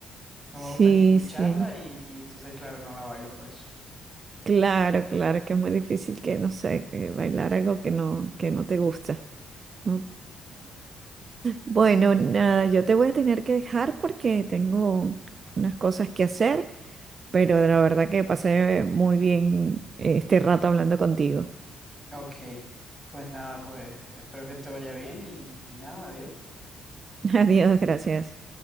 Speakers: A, in the centre; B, on the right.
A: No
B: sí,
A: me gusta ni escucharla
B: sí.
A: y, y entonces, claro, no la bailo por eso.
B: Claro, claro, que es muy difícil que, no sé, que bailar algo que no, que no te gusta. no
A: Ujú,
B: Bueno,
A: Sí.
B: nada, yo te voy a tener que dejar porque tengo unas cosas que hacer, pero la verdad que pasé muy bien eh, este rato hablando contigo.
A: Ok. Pues nada, pues espero que te vaya bien y, y nada, adiós.
B: <laughs> Adiós, gracias.